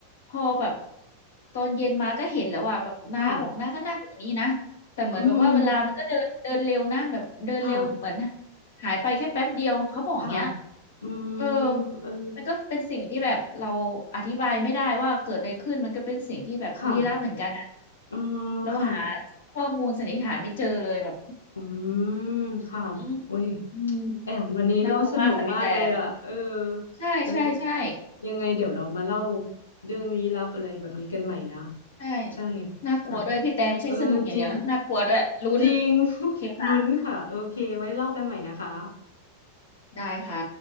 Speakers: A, on the left; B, on the left.
A: พอแบบตอนเย็นมาก็เห็นแล้วอ่ะแบบน้าบอกน้าก็นั่งอยู่นี่นะแต่เหมือนแบบว่าเวลามันก็เดินเดินเร็วนะแบบเดินเร็วเหมือน
B: ค่ะอืมค่ะ
A: หายไปแค่แป๊บเดียวเขาบอกอย่างเงี้ย
B: ค่ะอืม
A: เออ
B: เออ
A: มันก็เป็นสิ่งที่แบบเราอธิบายไม่ได้ว่าเกิดอะไรขึ้นมันก็เป็นสิ่งที่แบบลี้ลับเหมือนกันอะ
B: ค่ะอืมค่ะ
A: เราหาข้อมูลสันนิษฐานไม่เจอเลยแบบ
B: อืมค่ะอุ้ย
A: อืมอืม
B: แอมวันนี้เล่าสนุกมากเลยอ่ะเออ
A: น่ากลัวมากค่ะพี่แต่ใช่ใช่ใช่
B: เดี๋ยวยังไงเดี๋ยวเรามาเล่าเรื่องลี้ลับอะไรแบบนี้กันใหม่นะ
A: ใช่
B: ใช่
A: น่ากลัวด้วยพี่แต่ไม่ใช่สนุกอย่างเดียวนะน่ากลัวด้วยลุ้น
B: ค่ะเออจริงจริง <laughs>
A: โอเคค่ะ
B: ลุ้นค่ะโอเคไว้เล่ากันใหม่นะคะ
A: ได้ค่ะ